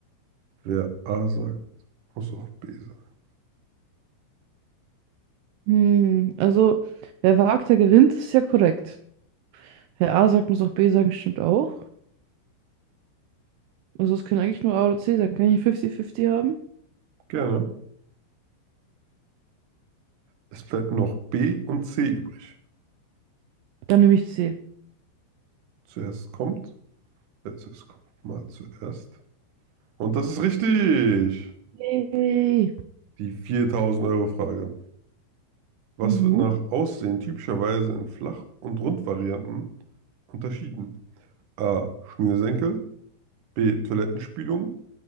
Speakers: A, on the right (about 60°); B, on the right (about 85°).
A: Wer A sagt, muss auch B sagen.
B: Hm, also, wer wagt, der gewinnt, ist ja korrekt. Wer A sagt, muss auch B sagen, stimmt auch. Also, es kann eigentlich nur A oder C sein. Kann ich 50-50 haben?
A: Gerne. Es bleibt noch B und C übrig.
B: Dann nehme ich C.
A: Zuerst kommt, wer zuerst kommt, mal zuerst. Und das ist richtig.
B: Yay.
A: Die 4000-Euro-Frage. Was
B: Mhm.
A: wird nach Aussehen typischerweise in Flach- und Rundvarianten unterschieden? A. Schnürsenkel. B. Toilettenspülung.